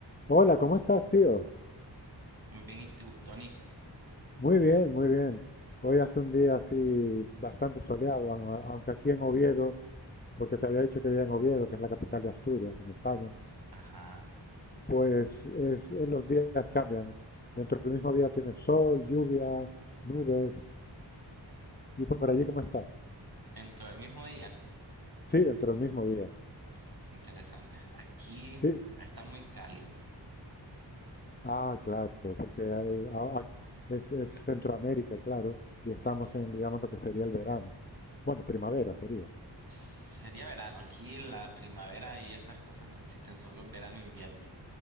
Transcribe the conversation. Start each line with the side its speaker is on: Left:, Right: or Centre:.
Left: Hola, ¿cómo estás, tío?
Right: Muy bien, ¿y tú, Tony?
Left: Muy bien, muy bien. Hoy hace un día así bastante soleado, au- aunque aquí en Oviedo, porque te había dicho que vivía en Oviedo, que es la capital de Asturias, en España,
Right: Ajá.
Left: pues es- eh, los días cambian. Dentro del mismo día tienes sol, lluvia, nubes. ¿Y por allí cómo está?
Right: Dentro del mismo día.
Left: Sí, dentro del mismo día.
Right: Ok, Qué interesante. Aquí
Left: Sí.
Right: está muy cálido.
Left: Ah, claro, porque hay- a- a- es, es Centroamérica, claro, y estamos en, digamos, lo que sería el verano. Bueno, primavera sería.
Right: Sería verano. Aquí la primavera y esas cosas no existen, solo verano e invierno.